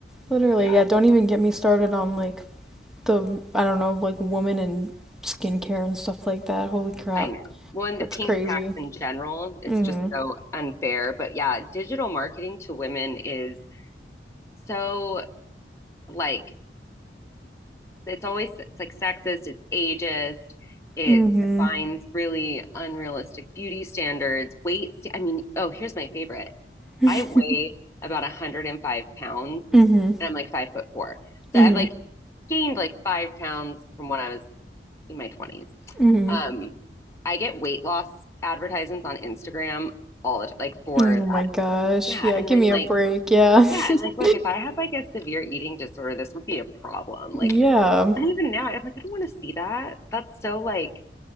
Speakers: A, in the centre; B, on the left (about 15°).
A: Literally,
B: yeah,
A: yeah, don't even get me started on like the, I don't know, like woman and skincare and stuff like that. Holy crap.
B: I know. Well, and
A: That's
B: the pink
A: crazy.
B: tax in general is
A: Mm-hmm.
B: just so unfair. But yeah, digital marketing to women is so like it's always it's like sexist, it's ageist, it
A: Mm-hmm.
B: defines really unrealistic beauty standards, weight. sta- I mean, oh, here's my favorite.
A: <laughs>
B: I weigh about 105 pounds
A: Mm-hmm.
B: and I'm like five foot four. So
A: Mm-hmm.
B: I've like gained like five pounds from when I was in my 20s.
A: Mm-hmm.
B: Um,
A: <laughs>
B: I get weight loss advertisements on Instagram all the time, like for
A: Oh
B: that.
A: my gosh.
B: Yeah.
A: Yeah,
B: And
A: give
B: I'm
A: me
B: like,
A: a break. Yeah.
B: yeah,
A: <laughs>
B: and like, look, if I had like a severe eating disorder, this would be a problem. Like,
A: Yeah.
B: And even now, I'm like, I don't want to see that. That's so like